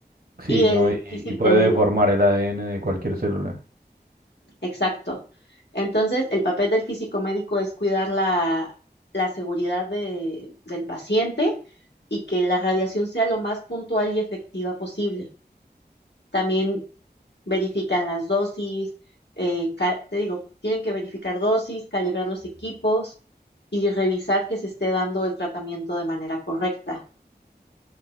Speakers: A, on the right; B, on the left.
A: sí,
B: Y el
A: no, y, y
B: físico,
A: puede
B: el
A: deformar el ADN de cualquier célula.
B: exacto. Entonces, el papel del físico médico es cuidar la, la seguridad de- del paciente y que la radiación sea lo más puntual y efectiva posible. También verifican las dosis, eh, ca- te digo, tienen que verificar dosis, calibrar los equipos y revisar que se esté dando el tratamiento de manera correcta.